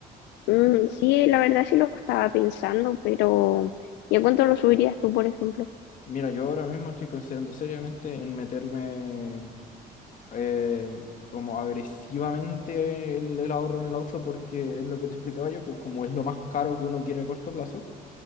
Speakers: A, on the left; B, on the left.
A: Mm, sí, la verdad sí lo estaba pensando, pero ¿y a cuánto lo subirías tú, por ejemplo?
B: Mira, yo ahora mismo estoy considerando seriamente en meterme eh, como agresivamente el, el ahorro en el auto porque es lo que te explicaba yo, pues como es lo más caro que uno quiere a corto plazo,